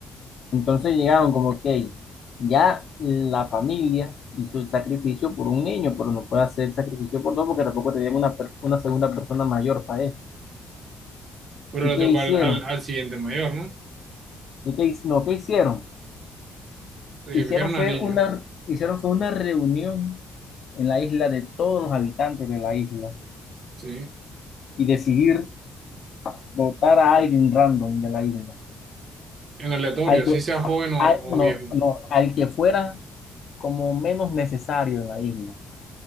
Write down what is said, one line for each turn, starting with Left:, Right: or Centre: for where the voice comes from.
Left: Entonces llegaron como que ya la familia hizo el sacrificio por un niño, pero no puede hacer sacrificio por dos porque tampoco tenían una, per- una segunda persona mayor para eso.
Right: Bueno,
Left: ¿Y
Right: le
Left: qué
Right: tocó
Left: hicieron?
Right: al, al, al siguiente mayor, ¿no?
Left: ¿Y qué, hic- no, ¿qué hicieron?
Right: Sacrificaron
Left: Hicieron fue
Right: al niño.
Left: una, hicieron fue una reunión en la isla de todos los habitantes de la isla
Right: Sí,
Left: y decidir votar a alguien random de la isla,
Right: en aleatorio,
Left: al
Right: así
Left: que,
Right: sea joven o,
Left: al- no,
Right: o viejo.
Left: no, al que fuera como menos necesario en la isla,